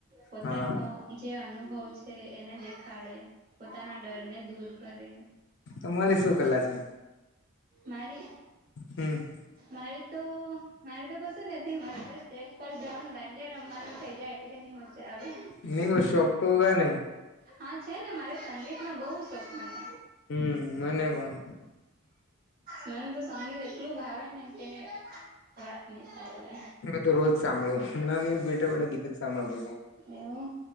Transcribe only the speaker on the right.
પોતાનો
જે અનુભવ છે એને દેખાડે પોતાના ડરને દૂર કરે.
મારી
મારી તો મારે તો કશું નથી મારે તો સ્ટેજ પર જાવ ને દાંડિયા રમવાનું થઇ જાય એટલે ની મજા આવે.
હા છે ને મારે સંગીતનો બહુ શોખ મને.
મને તો સંગીત એટલું ભાવે ને કે વાત નહી થવે.
એવું